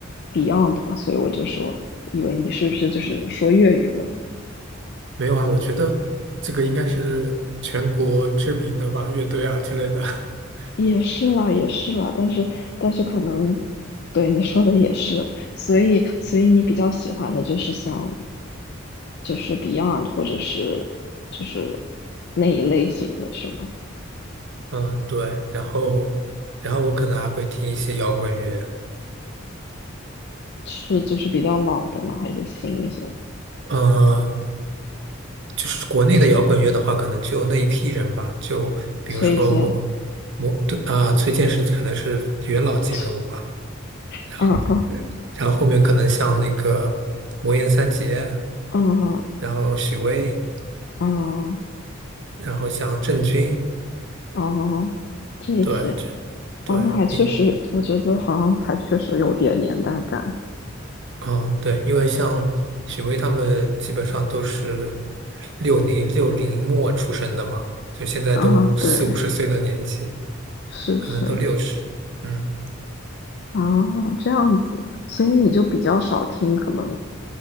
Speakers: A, on the left; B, on the right.
A: Beyond 嘛，所以我就说，以为你是不是就是说粤语的？
B: 没有啊。我觉得这个应该是全国知名的吧，乐队啊之类的。<laughs>
A: 也是啦，也是啦，但是但是可能，对你说的也是，所以所以你比较喜欢的就是像就是 Beyond 或者是就是那一类型的是吗？
B: 嗯，对。然后，然后我可能还会听一些摇滚乐。
A: 是就是比较老的吗？还是新一些的？
B: 呃，就是国内的摇滚乐的话，可能就那一批人吧，就
A: 崔健，
B: 说魔魔对啊、崔健是可能是元老级人物吧。
A: <laughs>
B: 然后，
A: 嗯嗯
B: 然后后面可能像那个魔岩三杰，
A: 嗯
B: 然后许巍。
A: 嗯
B: 然后像郑钧，
A: 哦，这些。
B: 对，这对你，
A: 哦，那还确实，我觉得好像还确实有点年代感
B: 嗯，对，因为像许巍他们基本上都是六零六零末出生的嘛，就现在都四五十岁的年纪，
A: 啊。对，是是
B: 可能都六十，嗯，
A: 啊，这样子，所以你就比较少听可能